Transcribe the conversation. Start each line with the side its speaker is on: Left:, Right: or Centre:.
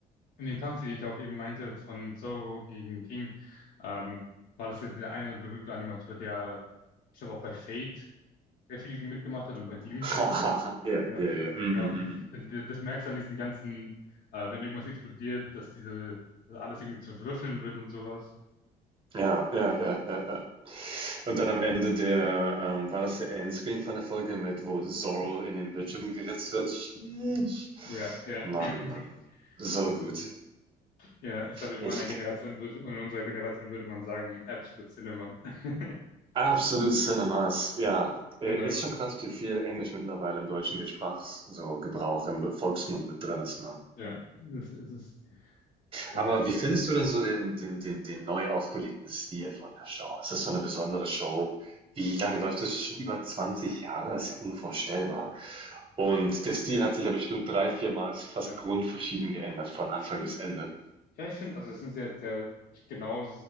Left: in dem Kampf, den ich auch eben meinte, von Zoro gegen King, ähm, war das jetzt der eine berühmte Animateur, der, ich glaube auch bei Fate sehr viel mitgemacht hat und bei Doomsday
Right: <laughs>
Left: und so.
Right: Ja,
Left: Genau,
Right: ja,
Left: ich
Right: ja. Mm,
Left: glaube,
Right: mm, mm,
Left: ge-
Right: mm.
Left: denn d- das merkst du an diesen ganzen, äh, wenn irgendwas explodiert, dass diese, dass alles irgendwie zu Würfeln wird und sowas.
Right: Ja, ja, ja, ja, ja. Und dann am Ende der, ähm, war das der Endscreen von der Folge mit, wo Zorro in den Bildschirm geritzt wird? Sheesh.
Left: Ja, ja.
Right: Mann,
Left: <laughs>
Right: oh Mann. So
Left: Also,
Right: gut.
Left: es- ja, ich glaube, in
Right: Ich,
Left: meiner Generation würde, und in unserer Generation würde man sagen, Absolute Cinema. <laughs>
Right: absolut Cinemas, ja. Äh,
Left: Genau.
Right: Ist schon krass, wie viel Englisch mittlerweile im deutschen Gesprachs so Gebrauch im Volksmund mit drin ist, ne?
Left: Ja, es ist, es ist, es
Right: Aber
Left: ist schon,
Right: wie findest du denn so den, den, den, den neu aufgelegten Stil von der Show? Ist das so eine besondere Show? Wie lange läuft das schon? Über 20 Jahre? Ist ja unvorstellbar. Und der Stil hat sich ja bestimmt drei, viermal fast
Left: ja.
Right: grundverschieden geändert, von
Left: Ich
Right: Anfang
Left: finde,
Right: bis Ende.
Left: ja, ich finde, also es sind jetzt ja genau